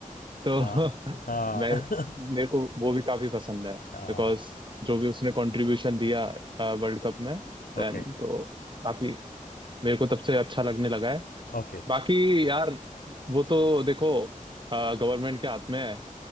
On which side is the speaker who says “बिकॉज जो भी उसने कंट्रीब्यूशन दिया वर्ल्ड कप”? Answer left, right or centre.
Right